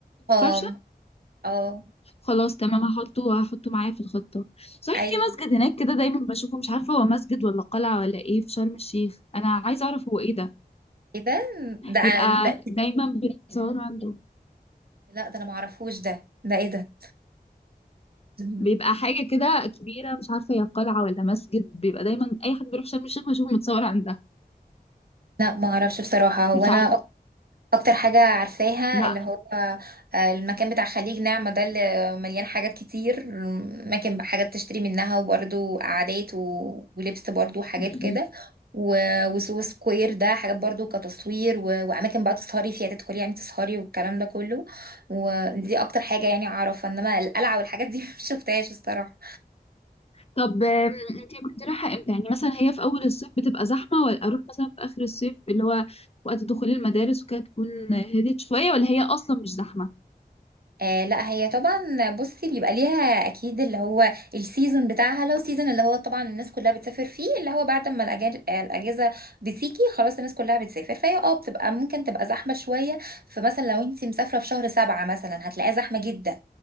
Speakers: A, on the right (about 65°); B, on the left (about 40°).
A: اه
B: فرشة
A: اه
B: خلاص تمام هحطه هحطه معايا في الخطة صحيح
A: ايوه
B: في مسجد هناك كده دايما بشوفه مش عارفة هو مسجد ولا قلعة ولا ايه في شرم الشيخ انا عايزة اعرف هو ايه ده
A: ايه ده ده
B: بيبقى
A: ده-
B: دايما بيتصور عنده
A: لا ده انا معرفوش ده ده ايه ده <laughs>
B: بيبقى حاجة كده كبيرة مش عارفة هي قلعة ولا مسجد بيبقى دايما أي حد بيروح شرم الشيخ بشوفه متصور عندها
A: لا ما اعرفش بصراحة هو
B: مش
A: انا
B: عارفة
A: اكتر حاجة عارفاها
B: لا
A: اللي هو آه، المكان بتاع خليج نعمة ده اللي مليان حاجات كتير مكان حاجات تشتري منها وبرده قعدات و- ولبس برده وحاجات
B: م- م.
A: كده و- وسو سكوير ده حاجات برضو كتصوير و... واماكن بقى تسهري فيها تدخلي يعني تسهري والكلام ده كله ودي اكتر حاجة يعني اعرفها انما القلعة والحاجات دي <laughs> مش شفتهاش الصراحة
B: طب آم، انتي كنت رايحة امتى يعني مثلا هي في اول الصيف بتبقى زحمة ولا اروح مثلا في اخر الصيف اللي هو وقت دخول المدارس وكده تكون هديت شوية ولا هي اصلا مش زحمة
A: آه لا هي طبعا بصي بيبقى ليها اكيد اللي هو السيزون بتاعها لو سيزون اللي هو طبعا الناس كلها بتسافر فيه اللي هو بعد ما الأجا- الاجازه بتيجي خلاص الناس كلها بتسافر فهي اه بتبقى ممكن تبقى زحمه شويه فمثلا لو انت مسافره في شهر سبعة مثلا هتلاقيها زحمه جدا